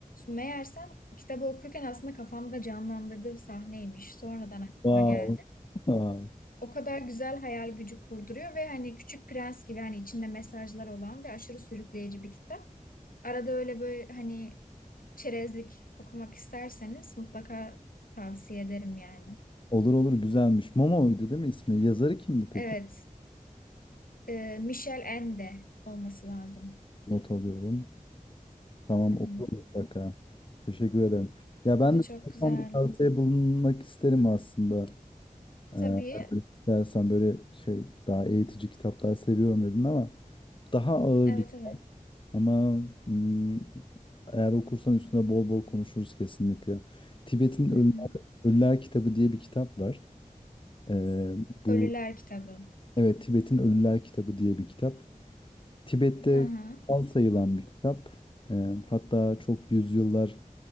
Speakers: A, on the left; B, on the left.
A: Meğersem kitabı okurken aslında kafamda canlandırdığım sahneymiş. Sonradan aklıma
B: Wow.
A: geldi.
B: Wow.
A: O kadar güzel hayal gücü kurduruyor ve hani Küçük Prens gibi hani içinde mesajlar olan ve aşırı sürükleyici bir kitap. Arada öyle böyle hani çerezlik okumak isterseniz mutlaka tavsiye ederim yani.
B: Olur olur güzelmiş. Momo'ydu değil mi ismi? Yazarı kimdi peki?
A: Evet, Ee, Michel Ende olması lazım.
B: Not alıyorum. Tamam
A: Hı hı.
B: oku mutlaka. Teşekkür ederim. Ya ben
A: O da
B: de
A: çok güzel.
B: tam bir tavsiye bulunmak isterim aslında. Ee,
A: Tabii.
B: dersen böyle şey daha eğitici kitaplar seviyorum dedin ama daha ağır
A: Evet
B: bir
A: evet.
B: ama hmm, eğer okursan üstüne bol bol konuşuruz kesinlikle. Tibet'in Ölüler,
A: Hı hı.
B: Ölüler Kitabı diye bir kitap var. Ee, bu
A: Ölüler kitabı.
B: evet Tibet'in Ölüler Kitabı diye bir kitap. Tibet'te
A: Hı hı.
B: kutsal sayılan bir kitap. Ee, hatta çok yüzyıllar